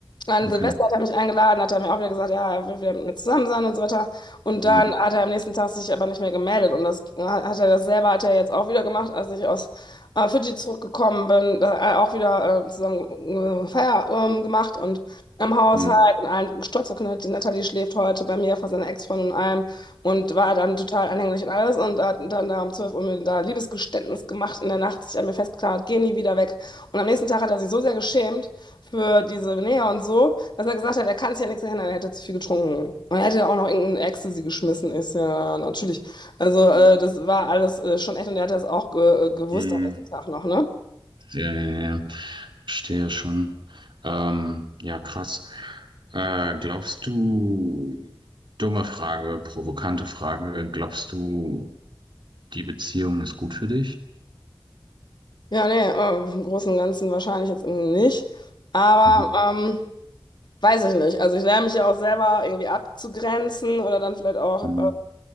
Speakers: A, on the left; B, on the right.
A: An
B: Okay,
A: Silvester hat er mich eingeladen, hat er mir auch wieder gesagt, ja, er will wieder mit mir zusammen sein und so weiter. Und
B: ja.
A: dann hat er am nächsten Tag sich aber nicht mehr gemeldet. Und das hat er das selber, hat er jetzt auch wieder gemacht, als ich aus äh, Fidschi zurückgekommen bin, da, äh, auch wieder äh, zusammen äh, Feier ähm, gemacht. Und im Haushalt
B: Hm.
A: und allen stolz verkündet, die Natalie schläft heute bei mir vor seiner Ex-Freundin und allem und war dann total anhänglich und alles und hat dann da um 12 Uhr mir da Liebesgeständnis gemacht in der Nacht, sich an mir festgeklammert, geh nie wieder weg. Und am nächsten Tag hat er sich so sehr geschämt für diese Nähe und so, dass er gesagt hat, er kann sich ja nichts erinnern, er hätte zu viel getrunken. Und er hätte ja auch noch irgendein Ecstasy geschmissen, ist ja natürlich. Also äh, das war alles äh, schon echt und er hat das auch ge gewusst
B: Hm.
A: am nächsten Tag noch, ne?
B: Ja, ja, ja. Verstehe schon. Ähm, ja, krass. Äh, glaubst du, dumme Frage, provokante Frage, glaubst du, die Beziehung ist gut für dich?
A: Ja, nee, äh, im Großen und Ganzen wahrscheinlich jetzt irgendwie nicht. Aber
B: Mhm.
A: ähm, weiß ich nicht. Also ich lerne mich ja auch selber irgendwie abzugrenzen oder dann vielleicht auch
B: Mhm.